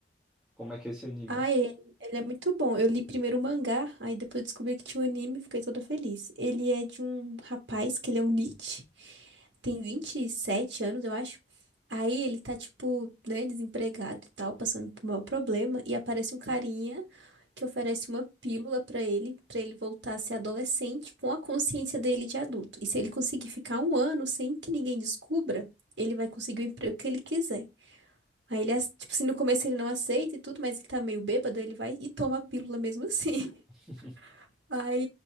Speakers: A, in the centre; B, on the right.
A: Como é que ele se anima?
B: Ah, ele, ele é muito bom. Eu li primeiro o mangá, aí depois eu descobri que tinha um anime e fiquei toda feliz. Ele é de um rapaz, que ele é um niche tem 27 anos, eu acho. Aí ele tá, tipo, né, desempregado e tal, passando por um maior problema, e aparece um carinha que oferece uma pílula pra ele, pra ele voltar a ser adolescente com a consciência dele de adulto. E se ele conseguir ficar um ano sem que ninguém descubra, ele vai conseguir o emprego que ele quiser. Aí ele, ace- tipo assim, no começo ele não aceita e tudo, mas ele tá meio bêbado, ele vai e toma a pílula mesmo assim.
A: <laughs>
B: <laughs> Aí